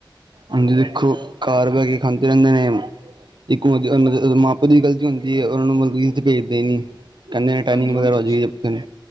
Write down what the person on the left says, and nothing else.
ਹਾਂ
ਹਾਂਜੀ ਹੁਣ
ਤੇ-